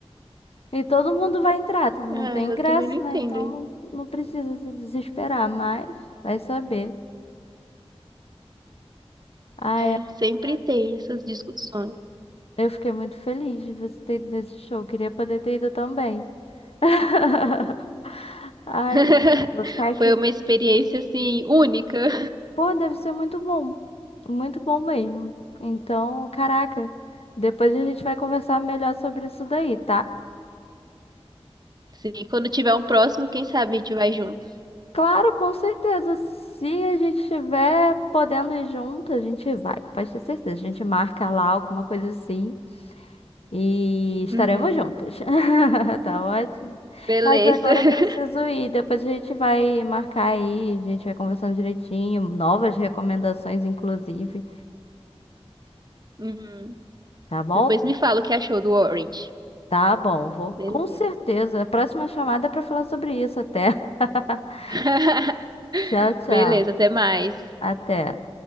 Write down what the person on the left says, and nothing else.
E todo mundo vai entrar, todo
mundo tem
ingresso,
né? Então
não, não precisa se desesperar, mas vai saber. Ai,
amiga,
eu fiquei muito feliz de você ter ido nesse show. Queria poder ter ido também. <laughs> Ai,
meu Deus, vou ficar aqui.
Pô, deve ser muito bom. Muito bom mesmo. Então, caraca, depois a gente vai conversar melhor sobre isso daí, tá?
Claro, com certeza. Se a gente estiver podendo ir junto, a gente vai. Pode ter certeza. A gente marca lá alguma coisa assim e estaremos
juntas. <laughs> Tá ótimo.
Mas agora
eu preciso ir. Depois a gente vai marcar aí, a gente vai conversando direitinho, novas recomendações, inclusive.
Tá bom?
Tá bom, vou
com certeza. A próxima chamada é pra falar sobre isso até. <laughs>
Tchau, tchau.
Até.